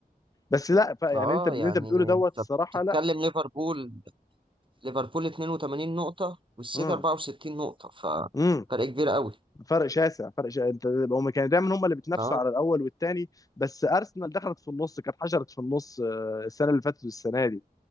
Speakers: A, on the left; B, on the right.
A: بس لا ف- يعني
B: اه
A: انت اللي
B: يعني
A: انت بتقوله دوت
B: انت
A: الصراحه
B: بتتكلم
A: لا
B: ليفربول ليفربول 82 نقطة والسيتي
A: امم
B: 64 نقطة ففرق
A: امم
B: كبير قوي
A: فرق شاسع فرق شاسع انت هم كانوا دايما هم اللي بيتنافسوا
B: اه
A: على الاول والثاني بس ارسنال دخلت في النص كانت حشرت في النص آه، السنه اللي فاتت والسنه دي